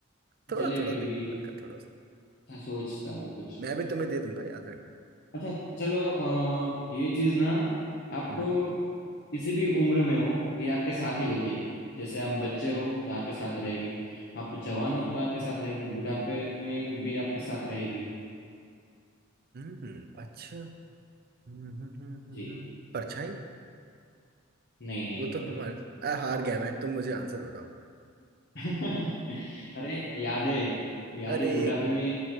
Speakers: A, on the right; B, on the left.
A: थोड़ा
B: चलिए
A: थोड़ा
B: फिर भी
A: दे हल्का थोड़ा सा
B: अच्छा सोचता हूँ कुछ
A: मैं भी तुम्हें दे दूंगा याद रहे
B: अच्छा चलो अ, ये चीज ना आप
A: हम्म
B: किसी भी उम्र में हो ये आपके साथ ही होती है जैसे आप बच्चे हो तो आपके साथ रहेगी आप जवान हो तो आपके साथ रहेगी बुढ़ापे में भी आपके साथ रहेगी
A: हम्म, अच्छा हम्म, हम्म, हम्म, हम्म।
B: जी
A: हम्म। परछाई
B: नहीं नहीं
A: वो
B: नहीं
A: तो हमारे
B: नहीं
A: आ, हार गया मैं तुम मुझे आंसर बताओ
B: <laughs> अरे यादें यादें
A: अरे
B: बुढ़ापे में